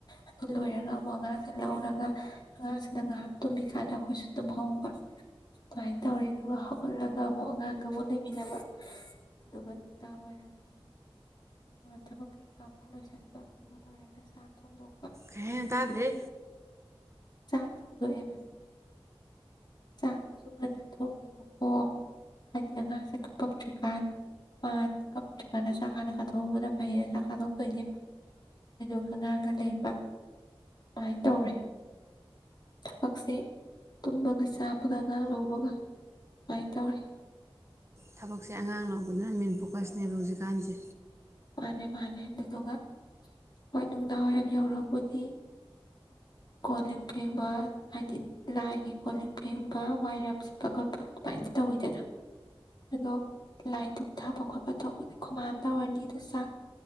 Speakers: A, on the left; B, on the right.
A: ꯑꯗꯨ ꯂꯣꯏꯔꯒ ꯑꯃꯨꯛ ꯑꯉꯥꯡꯁꯦ ꯂꯧꯔꯒ ꯑꯉꯥꯡꯁꯤꯗ ꯉꯥꯏꯍꯥꯛ ꯇꯨꯝꯃꯤꯀꯥꯟꯗ ꯑꯩꯈꯣꯏꯁꯨ ꯇꯨꯝꯍꯧꯕ ꯑꯗꯨꯃꯥꯏꯅ ꯇꯧꯔꯦ ꯑꯗꯨꯒ ꯍꯧꯒꯠꯂꯒ ꯑꯃꯨꯛ ꯑꯉꯥꯡꯒ ꯑꯃꯨꯛ ꯂꯩꯃꯤꯟꯅꯕ ꯑꯗꯨꯒ ꯅꯨꯡꯗꯥꯡ ꯋꯥꯏꯔꯝꯒꯤ ꯊꯕꯛ ꯀꯩꯀꯥ ꯑꯃꯨꯛ ꯂꯣꯏꯁꯤꯟꯕ ꯑꯗꯨ ꯂꯣꯏꯔꯒ ꯆꯥꯛ ꯊꯣꯡꯗꯣꯛ
B: ꯍ ꯇꯗ꯭ꯔꯔꯤ
A: ꯆꯥꯛ ꯊꯧꯗꯑꯦꯕ ꯆꯒꯁꯨꯒꯅ ꯀꯥꯞꯊꯣꯡꯉꯦꯕꯀꯣ ꯍꯥꯏꯗꯤ ꯑꯉꯥꯡꯁꯦ ꯀꯞꯄꯛꯇ꯭ꯔꯤꯀꯥꯟ ꯃꯥꯗ ꯀꯞꯄꯛꯇ꯭ꯔꯤꯀꯥꯟꯗ ꯆꯥꯛ ꯍꯥꯟꯅ ꯀꯥꯊꯣꯛꯎꯕꯅ ꯐꯩꯌꯦꯅ ꯆꯥꯛ ꯀꯥꯊꯣꯛꯇꯣꯏꯅꯦꯕ ꯑꯗꯨꯒ ꯑꯉꯥꯡꯒ ꯂꯩꯕ ꯑꯗꯨꯃꯥꯏꯅ ꯇꯧꯔꯦ ꯊꯕꯛꯁꯦ ꯇꯨꯝꯕꯒ ꯆꯥꯕꯒ ꯉꯥꯡ ꯂꯧꯕꯒ ꯁꯃꯥꯏꯅ ꯇꯧꯔꯦ
B: ꯊꯕꯛꯁꯦ ꯑꯉꯥꯡ ꯂꯧꯕꯗꯨꯅ ꯃꯦꯟ ꯐꯣꯀꯁꯅꯦꯕ ꯍꯧꯖꯤꯛꯀꯥꯟꯁꯦ
A: ꯃꯥꯅꯦ ꯃꯥꯅꯦ ꯑꯗꯨꯗꯨꯒ ꯍꯣꯏ ꯅꯨꯡꯗꯥꯡ ꯋꯥꯏꯔꯝ ꯌꯧꯔꯕꯨꯗꯤ ꯀꯣꯜ ꯂꯤꯛ ꯐꯦꯡꯕ ꯍꯥꯏꯗꯤ ꯂꯥꯏꯒꯤ ꯀꯣꯜ ꯂꯤꯛ ꯐꯦꯡꯕ ꯋꯥꯏꯔꯝ ꯁꯤꯠꯄ ꯈꯣꯠꯄ ꯑꯗꯨꯃꯥꯏꯅꯗꯤ ꯇꯧꯋꯤꯗꯅ ꯑꯗꯣ ꯂꯥꯏ ꯗꯨꯛ ꯊꯥꯕ ꯈꯣꯠꯄ ꯇꯧꯕꯗꯣ ꯈꯨꯃꯥꯟ ꯇꯧꯔꯅꯤꯗ ꯑ ꯆꯥꯛ